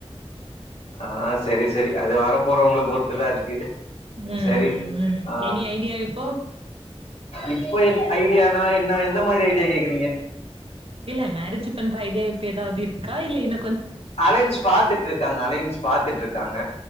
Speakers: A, on the left; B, on the right.
A: ஆ செரி செரி அது வர போறவங்கள பொறுத்துதான் இருக்கு
B: ம் ம்
A: சரி
B: ம்
A: ஆ
B: எனி ஐடியா இப்போ
A: இப்ப ஐடியானா என்ன எந்த மாரி ஐடியா கேக்குறீங்க
B: இல்ல மேரேஜ் பண்ற ஐடியா இப்போ ஏதாவது இருக்கா இல்ல என்ன
A: அலையன்ஸ் பாத்துட்டு இருக்காங்க அலையன்ஸ் பாத்துட்டு இருக்காங்க